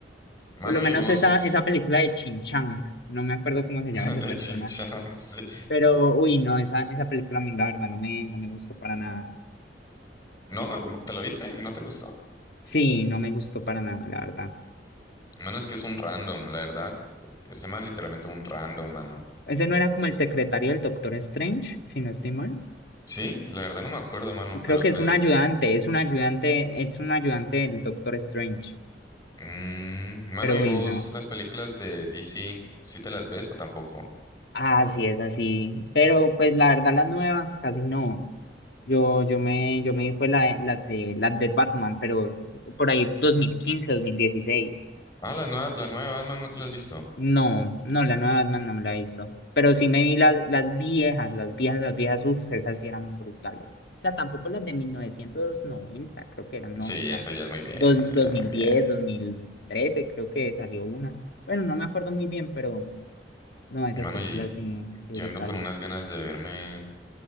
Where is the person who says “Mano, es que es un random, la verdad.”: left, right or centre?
Left